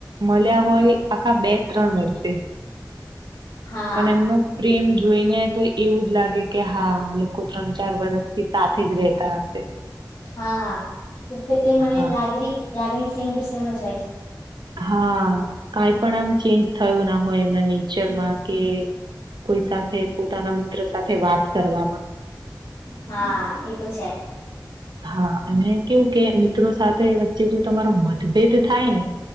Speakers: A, on the right; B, on the left.
A: મળ્યા હોય આખા બે ત્રણ વર્ષે
B: હા
A: પણ એમનો પ્રેમ જોઈને તો એવું જ લાગે કે હા લોકો ત્રણ ચાર વર્ષથી સાથે જ રેતા હશે
B: હાા <unintelligible> મને
A: હા.
B: લાગણી લાગણી સેમ ટુ સેમ જ હોય
A: હા કાઈ પણ આમ ચેન્જ થયો ના હોય એમના નેચરમાં કે કોઈ સાથે પોતાના મિત્ર સાથે વાત કરવામાં
B: હા એ તો છે
A: હા અને કેવું કે મિત્રો સાથે વચ્ચે જો તમારો મતભેદ થાય ને